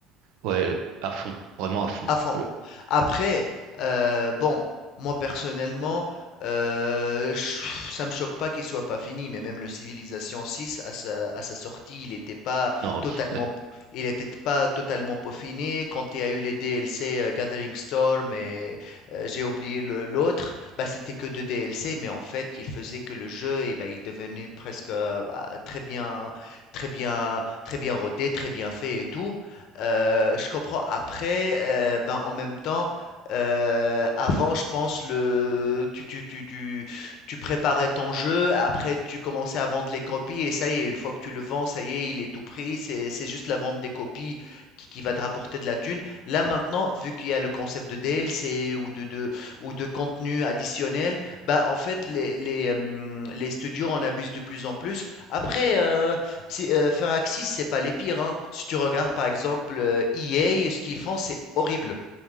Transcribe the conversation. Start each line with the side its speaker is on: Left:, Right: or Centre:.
Right: ouais, à fond, vraiment à fond.
Left: Avant.
Right: Euh,
Left: Après, euh, bon, moi personnellement, euh, je- ça me choque pas qu'il soit pas fini, mais même le Civilization 6, à sa, à sa sortie, il n'était pas
Right: non, oui,
Left: totalement,
Right: c'est
Left: il était pas totalement peaufiné. Quand il y a eu les DLC euh, Gathering Storm et euh, j'ai oublié le- l'autre, bah, c'était que deux DLC, mais en fait, il faisait que le jeu, et bah, il devenait presque euh, bah, très bien, très bien, très bien rodé, très bien fait et tout. Euh, je comprends. Après, euh, ben, en même temps, euh, avant, je pense, le, tu, tu, tu, tu, tu préparais ton jeu, après, tu commençais à vendre les copies, et ça y est, une fois que tu le vends, ça y est, il est tout pris, c'est, c'est juste la vente des copies qui, qui va te rapporter de la thune. Là, maintenant, vu qu'il y a le concept de DLC ou de, de, ou de contenu additionnel, bah, en fait, les, les, hum, les studios en abusent de plus en plus. Après, euh, si, euh, faire Axis, c'est pas les pires, hein. Si tu regardes par exemple euh, EA, ce qu'ils font, c'est horrible.